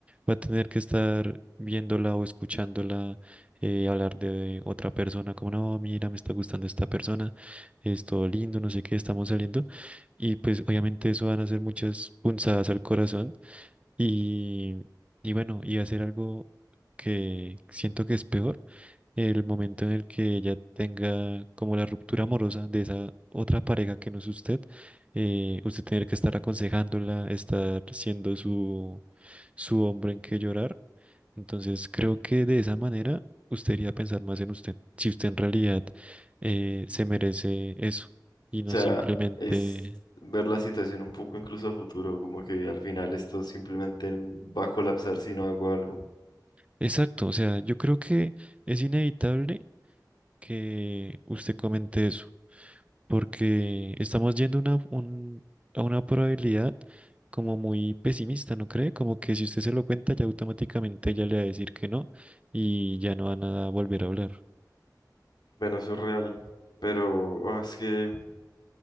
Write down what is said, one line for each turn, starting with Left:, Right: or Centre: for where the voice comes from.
Right: va a tener que estar viéndola o escuchándola eh, hablar de otra persona, como no, mira, me está gustando esta persona, es todo lindo, no sé qué, estamos saliendo. Y pues obviamente eso van a ser muchas punzadas al corazón y, y bueno, y hacer algo que siento que es peor el momento en el que ella tenga como la ruptura amorosa de esa otra pareja que no es usted, eh, usted tener que estar aconsejándola, estar siendo su, su hombre en que llorar. Entonces creo que de esa manera usted iría a pensar más en usted, si usted en realidad eh, se merece eso y
Left: o
Right: no
Left: sea,
Right: simplemente...
Left: es ver la situación un poco incluso a futuro, como que al final esto simplemente va a colapsar si no hago algo.
Right: Exacto, o sea, yo creo que es inevitable que usted comente eso. porque estamos yendo una, un- a una probabilidad como muy pesimista, ¿no cree? Como que si usted se lo cuenta, ya automáticamente ella le va a decir que no y ya no van a volver a hablar.
Left: Bueno, eso es real, pero ah, es que,